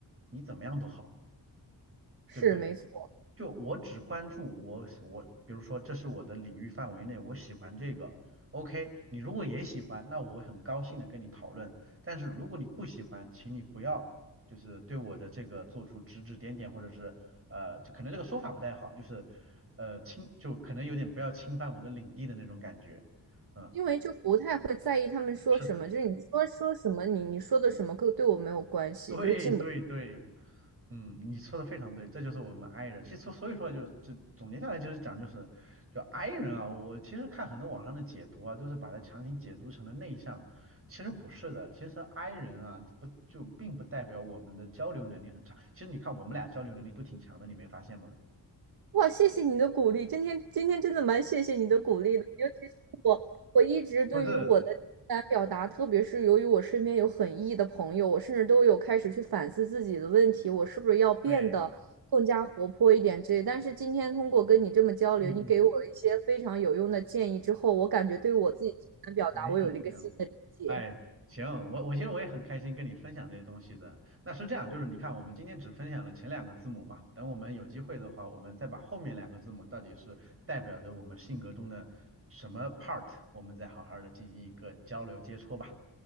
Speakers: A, on the right (about 35°); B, on the right (about 60°).
A: 你怎么样都好，
B: 是没错，
A: 对不对？就我只关注我我，比如说这是我的领域范围内，我喜欢这个，OK，你如果也喜欢，那我很高兴的跟你讨论。但是如果你不喜欢，请你不要就是对我的这个做出指指点点，或者是呃，就可能这个说法不太好，就是呃侵就可能有点不要侵犯我的领地的那种感觉。嗯，
B: 因为就不太会在意他们说什么，
A: 是的。
B: 就是你说说什么，你你说的什么，跟对我没有关系，
A: <laughs> 对对对，
B: 就是进不
A: 嗯，你说的非常对，这就是我们 i 人。其实所以说就就总结下来就是讲就是就 i 人啊，我其实看很多网上的解读啊，都是把它强行解读成了内向，其实不是的。其实 i 人啊，不就并不代表我们的交流能力很差。其实你看我们俩交流能力都挺强的，你没发现吗？
B: 哇，谢谢你的鼓励，今天今天真的蛮谢谢你的鼓励的，尤其是我，我一直对于我的情感表达，
A: 不是，
B: 特别是由于我身边有很 E 的朋友，我甚至都有开始去反思自己的问题，我是不是要变得更加活泼一点之类。
A: 对，
B: 但是今天通过跟你这么交流，
A: 嗯嗯，
B: 你给我了一些非常有用的建议之后，我感觉对我自己情感表达，
A: 没有没有。
B: 我有了一个新的理解。
A: 哎，行，我我其实我也很开心跟你分享这些东西的。那是这样，就是你看，我们今天只分享了前两个字母嘛，等我们有机会的话，我们再把后面两个字母到底是代表着我们性格中的什么 part，我们再好好的进行一个交流接触吧。